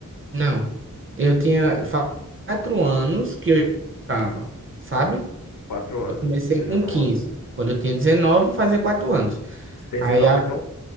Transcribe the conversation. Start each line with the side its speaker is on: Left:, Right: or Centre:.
Right: Não. Eu tinha fa- 4 anos que eu já namorava, sabe?
Left: Quatro anos.
Right: Eu comecei
Left: que Você
Right: com
Left: já namorou.
Right: quinze, Quando eu tinha 19, fazia 4 anos.
Left: Você tem
Right: Aí,
Left: 19
Right: a...
Left: então?